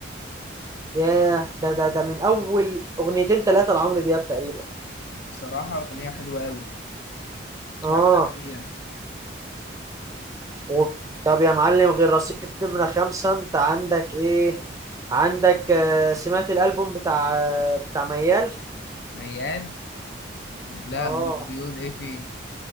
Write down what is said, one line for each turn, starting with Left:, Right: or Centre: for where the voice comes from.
Right: ياه ده ده ده من أول أغنيتين تلاتة لعمرو دياب تقريبا
Left: بصراحه اغنيه حلوه قوي
Right: آه
Left: هبدع فيها
Right: و... طب يا معلم غير رصيف نمرة خمسة انت عندك ايه عندك آه، سمعت الألبوم بتاع آه، بتاع ميال
Left: ميال لا
Right: اه
Left: بي- بيقول ايه فيه